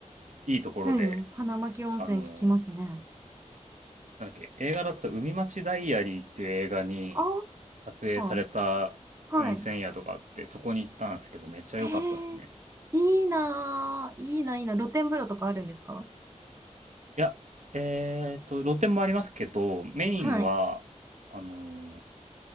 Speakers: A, on the right (about 70°); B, on the right (about 25°).
A: いいところで、
B: うん、花巻温泉聞きますね。
A: あの、なんだっけ、映画だと海町ダイアリーっていう映画に
B: あ
A: 撮影された温泉宿があって、
B: ー、はい。
A: そこに行ったんですけど、めっちゃ良かったですね。
B: へー、いいなー、いいな、いいな。露天風呂とかあるんですか
A: いや、えーと、露店もありますけど、メインは、
B: はい。
A: あの